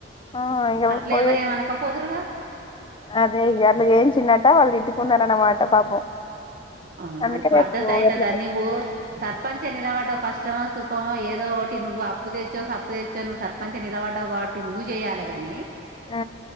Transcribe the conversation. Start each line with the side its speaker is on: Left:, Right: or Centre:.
Left: ఆ ఇ
Right: అట్లా
Left: పో
Right: ఎవరు ఏమనకపోదురుగా
Left: అదే ఈగా అలాగ ఏం చిన్న ళ్ళు ఇటుకుందటా పాపం
Right: ఆ
Left: అందుకే
Right: అది పద్ధతి
Left: రేపు
Right: అయితదా
Left: ఎట్లా
Right: నవు సర్పంచ నిలవడకష్ట కష్టమో సుఖోమో ఏదో ఒకటి నువ్వు అప్పు తెచ్చో సప్పు తెచ్చో నువ్వు సర్పంచ్ నిలబడ్డావు కాబట్టి నువ్వు చేయాలి కాని
Left: ఆ